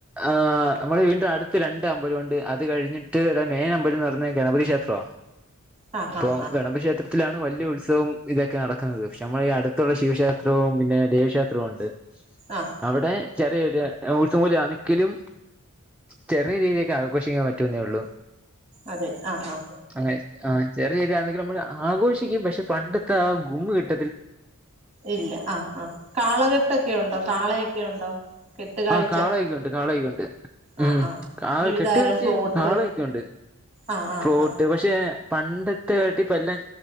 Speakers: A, in the centre; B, on the right.
A: ആഹ് നമ്മള വീടിന്റെ അടുത്ത് രണ്ട് അമ്പലൊവൊണ്ട് അത് കഴിഞ്ഞ് ട്ട് മെയിൻ അമ്പലെന്ന്റയുന്ന ഗണപതി ക്ഷേത്രവ
B: ആ
A: ഇപ്പൊ
B: ആ ആ
A: ഗണപതിക്ഷേത്ര ത്തിലാണ് വലിയ ഉത്സവോം ഇതൊക്കെ നടക്കുന്നത് പക്ഷെ നമ്മളി അടുത്തൊള്ള ശിവക്ഷേത്രവും പിന്നെ ദേവിക്ഷേത്രോം ഒണ്ട്
B: ആഹ്
A: അവിടെ ചെറിയൊരു ഉത്സവൂജ ആണെക്കിലും ചെറിയ രീതിേക്ക്ആഘോഷിക്കാൻ പറ്റൂെന്നേ ഉള്ളൂ
B: അതെ ആ ആ
A: അതെ ആ ചെറിയ രിതാണെങ്കിലും നമ്മൾ ആഘോഷിക്കും പക്ഷെ പണ്ടത്തെ ആ ഗുമ് കിട്ട
B: ഇല്ല ആഹ ആ കാളകെട്ടൊക്കെ ഉണ്ടോ കാളയൊക്കെ ഉണ്ടോ കെട്ടുകാഴ്ച
A: ആ കാളായിക്കോണ്ട് കാളായിക്കണ്ട്
B: ആഹ്
A: ഉംആ
B: ആഹ് വിവിധതരം
A: കെട്ടുകീഴിച്ച
B: ഫ്ലോട്ട്
A: കാളയൊ ക്കെയുണ്ട്
B: ആഹ് ആഹ്
A: ഫ്രൂട്ട്
B: ആഹ്
A: പക്ഷേ പണ്ടത്തെ കട്ടി ഇപ്പ എല്ലാം